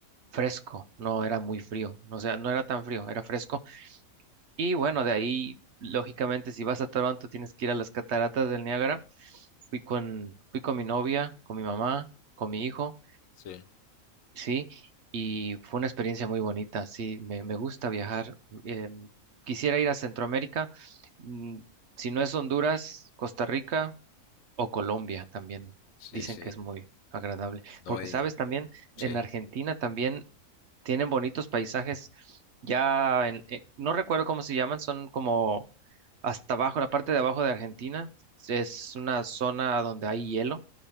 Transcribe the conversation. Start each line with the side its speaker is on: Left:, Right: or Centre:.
Right: fresco, no era muy frío, o sea, no era tan frío, era fresco. Y bueno, de ahí, lógicamente, si vas a Toronto tienes que ir a las cataratas del Niágara. Fui con, fui con mi novia, con mi mamá, con mi hijo
Left: Sí,
Right: Sí, y fue una experiencia muy bonita, sí, me, me gusta viajar. eh, quisiera ir a Centroamérica, mm, si no es Honduras, Costa Rica o Colombia también.
Left: sí,
Right: Dicen
Left: sí.
Right: que es muy agradable,
Left: No,
Right: porque
Left: y...
Right: sabes también, en
Left: Sí.
Right: Argentina también tienen bonitos paisajes, ya en- eh, no recuerdo cómo se llaman, son como hasta abajo, la parte de abajo de Argentina, es una zona donde hay hielo.